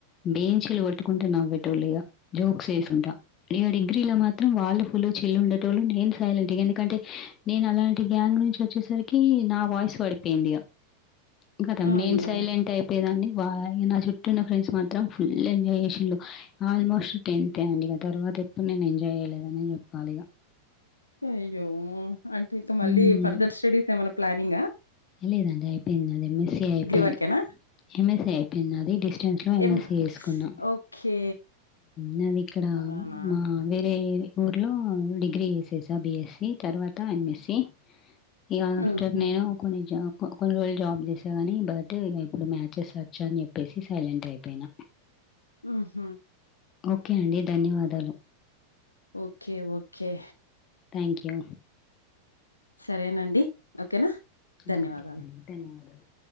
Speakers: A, on the left (about 30°); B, on the left (about 80°).
A: బేంచలు పట్టుకుంటా నవ్వెటోళ్లు ఇగ జోక్స్ వేసుంటా ఇక డిగ్రీలా మాత్రం వాళ ఫులు చిల్ ఉండెటోళ్ళు నేను సైలెంట్ ఎందుకంటే నేను అలాంటి గ్యాంగ్ నుంచి వచ్చేసరి కి నా వాయిస్ పడిపోయింది ఇగ కదం
B: అయ్యో!
A: నేను సైలెంట్ అయిపోయేదాన్ని వాళ్లు నా చుట్టూన్న ఫ్రెండ్స్ మాత్రం ఫుల్ ఎంజాయ్ చేసిళ్లు ఆల్మోస్ట్ టెన్త్ అండి ఇక తర్వాత ఎప్పుడు నేను ఎంజాయ్ చేయలేదని చెప్పాలి ఇగ
B: అయ్యో అంటే ఇక
A: హ్మ్.
B: మళ్ళీ ఫర్దర్ స్టడీస్ ఏమైనా ప్లానింగ?
A: లేదండి అయిపొయింది నాది ఎమ్మెస్సీ ఐపోయిన్
B: వరకేనా
A: ఎమ్ఎస్సి అయిపోయింది నాది డిస్టెన్స్ లో ఎంఎస్స
B: ఏం
A: వేసుకున్నా.
B: ఓకే
A: నాది ఇక్కడ
B: అలానా
A: మా వేరే వేరే ఊర్లో డిగ్రీ చేసేసా బిఎస్సి తర్వాత ఎంఎస్సి ఇగ ఆఫ్టర్
B: ఉహు
A: నేను కొన్ని జాబ్ కొన్ని రోజులు జాబ్ చేసా గాని బట్ ఇక ఇప్పుడు మ్యాచెస్ వచ్చా అని చెప్పేసి సైలెంట్ అయిపోయిన
B: ఆహ
A: ఓకే అండి ధన్యవాదాలు
B: ఓకే ఓకే
A: థ్యాంక్ యూ
B: సరేనండి ఓకేనా
A: ఓకేనండి
B: ధన్యవాదాలు
A: ధన్యవాదాలు